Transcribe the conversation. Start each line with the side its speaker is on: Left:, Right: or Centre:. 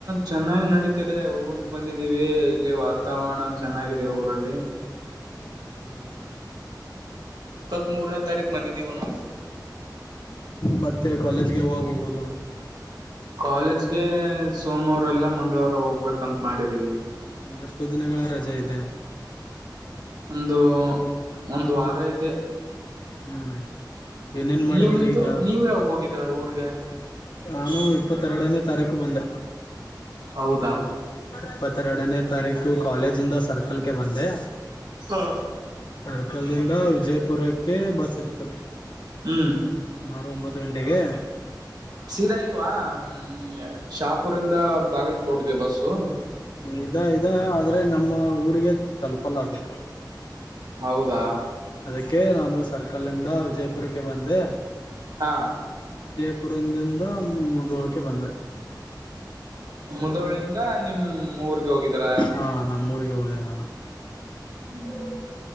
Right: ಚೆನ್ನಾಗಿ ನಡೀತಿದೆ ಊರ್ಗ್ ಬಂದಿದ್ದೀವಿ ಇಲ್ಲಿ ವಾತಾವರಣ ಚೆನ್ನಾಗ ಇದೆ ಊರಲ್ಲಿ.
Left: ಯಾವಾಗ ಹೋಗಿದ್ರು ಊರಿಗೆ.
Right: ಇಪ್ಪತ್ತ್ ಮೂರನೇ ತಾರೀಕ್ ಬಂದಿದ್ದೀವ ನಾವು.
Left: ಮತ್ತೆ ಕಾಲೇಜ್ಗೆ ಯಾವಾಗೋಗುದು.
Right: ಕಾಲೇಜ್ಗೆ ಸೋಮವಾರ ಇಲ್ಲಾ ಮಂಗಳವಾರ ಹೋಗ್ಬೇಕಂತ ಮಾಡಿದೀವಿ.
Left: ಎಷ್ಟು ದಿನಗಳ ರಜೆ ಇದೆ.
Right: ಒಂದು ಒಂದ್ ವಾರ ಇದೆ.
Left: ಹ್ಮ್ ಏನೇನ್
Right: ನಿಮ್ದು
Left: ಮಾಡಿದ್ರಿ ಈಗ
Right: ನೀವ್ ಯಾವಾಗ ಹೋಗಿದೀರ ಊರ್ಗೆ.
Left: ನಾನು ಇಪ್ಪತ್ತೆರಡನೇ ತಾರೀಕು ಬಂದೆ.
Right: ಹೌದಾ
Left: ಇಪ್ಪತ್ತೆರಡನೇ ತಾರೀಕು ಕಾಲೇಜಿಂದ ಸರ್ಕ <unintelligible> ಕಲ್ಕೆ ಬಂದೆ.
Right: ಹಾ
Left: ಸರ್ಕಲ್ ಇಂದ ವಿಜಯಪುರಕ್ಕೆ ಬಸ್ ಇತ್ತು
Right: ಹ್ಮ್
Left: ಸುಮಾರು ಒಂಬತ್ ಹತ್ತು ಗಂಟೆಗೆ.
Right: ಸೀದಾ ಇಲ್ವಾ ಹ್ಮ್ ಶಾಪುರಿಂದ ಬಾಗಲ್ಕೋಟ್ಗೆ ಬಸ್ಸು.
Left: ಇದ ಇದ ಆದ್ರೆ ನಮ್ಮ ಊರಿಗೆ ತಲುಪಲ್ಲ ಅದು.
Right: ಹೌದಾ.
Left: ಅದಕ್ಕೆ ನಾನು ಸರ್ಕಲ್ ಇಂದ ವಿಜಯಪುರಕ್ಕೆ ಬಂದೆ.
Right: ಹಾ
Left: <unintelligible> ಪುರಂದಿಂದ ಮುದೋಳಕ್ಕೆ ಬಂದೆ.
Right: ಮುದೋಳಿಂದ ನಿಮ್ ಊರ್ಗೆ ಹೋಗಿ <unintelligible> ಯ
Left: ಹಾ ನಮ್ಮೂರಿಗೆ ಹೋದೆ ನಾನು
Right: ಹ್ಮ.